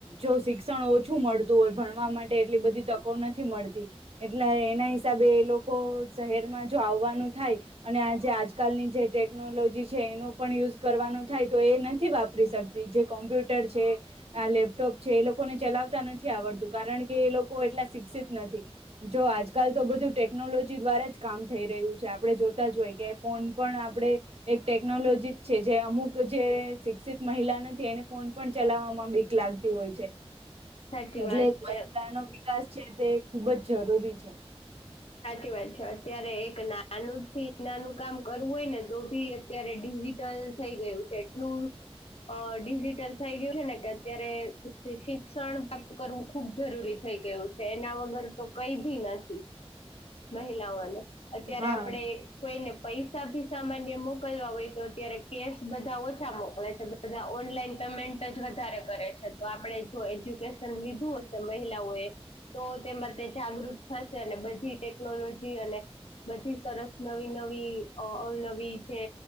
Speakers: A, on the right (about 65°); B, on the left (about 70°).
A: જો શિક ક્ષણ ઓછું મળતું હોય ભણવા માટે એટલી બધી તકો નથી મળતી એટલે એના હિસાબે લોકો શહેરમાં જો આવવાનું થાય અને આજે આજકાલની જે ટેકનોલોજી છે એનો પણ યુઝ કરવાનું થાય તો એ નથી વાપરી શકતી જે કોમ્પ્યુટર છે આ લેપટોપ છે એ લોકો ને ચલાવતા નથી આવડતું કારણ કે એ લોકો એટલા શિક્ષિત નથી જો આજકાલ તો બધું ટે કનોલોજી દ્વારા જ કામ થઈ રહ્યું છે આપણે જોતા જ હોય કે ફોન પણ આપણે એક ટેકનોલોજી છે જે અમુક જે શિક્ષિત મહિલા નથી એને ફોન પણ ચલાવવામાં બીક લાગતી હોય છે,
B: સાચી
A: એટલે
B: વાત
A: એક મહિલાનો
B: છે
A: વિકાસ છે તે ખુબ જ જરૂરી છે,
B: સાચી વાત છે અત્યારે એક નાનું થી નાનું કામ કરવું હોય ને તો ભી અત્યારે ડિજિટલ થઈ ગયું છે એટલું અ ડિજિટલ થઈ ગયું છે ને કે અત્યારે શિક્ષણ પ્રાપ્ત કરવું ખુબ જરૂરી થઈ ગયું છે એના વગર તો કઈ ભી નથી મહિલાઓને અત્યારે
A: હા
B: આપણે કોઈ ને પૈસા ભી સામાન્ય મોકલવા હોય તો અત્યારે કેશ બધા ઓછા મોકલે છે બધા ઓન લાઈન પેમેન્ટ જ વધારે કરે છે તો આપણે જો એજ્યુકેશ શન લીધું હશે મહિલાઓ એ તો તે માટે જાગૃત થશે અને બધ ધી ટેકનોલોજી અને બધી સરસ નવી નવી અ અવનવી જે